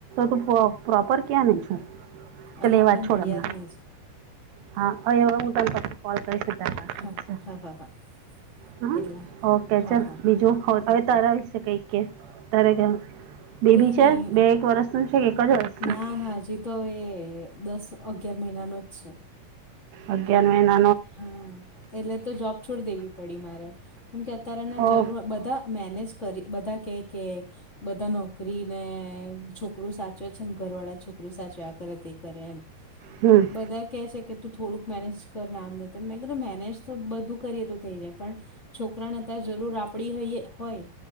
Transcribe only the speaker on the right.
તું પો પ્રોપર ક્યાં ને છું
તલે
એ વાત છોડ
હમણાં.
હા અ એ હું તમ પછી કોલ કરી સીધા ઠક
છે.
હ,
ઓકે
ચ
બીજું
હવે તારા વિશે કઈક કે તારે બેબી
છે
બે એક વર્ષનું છે કે એક જ વર્ષનું
અગિયાર મહિના
ઓ
હમ.